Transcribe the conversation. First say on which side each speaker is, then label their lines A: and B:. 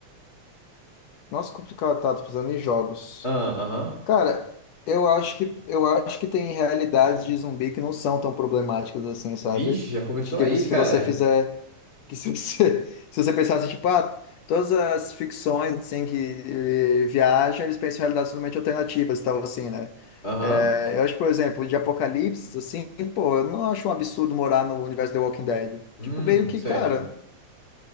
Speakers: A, on the left; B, on the left.
A: Nossa, complicado, tá? Tô pensando em jogos.
B: Ah, aham.
A: Cara, eu acho que, eu acho que tem realidades
B: Sim.
A: de zumbi que não são tão problemáticas assim, sabe?
B: Vixe, já começou
A: Tipo,
B: aí,
A: se
B: cara.
A: você fizer. Que se você, <laughs> se você pensasse, tipo, ah, todas as ficções, assim, que eh, viajam, eles pensam em realidades totalmente alternativas e tal, assim, né?
B: Aham.
A: É, eu acho, por exemplo, de Apocalipse, assim, pô, eu não acho um absurdo morar no universo The Walking Dead.
B: Hum,
A: Tipo, meio que,
B: certo.
A: cara,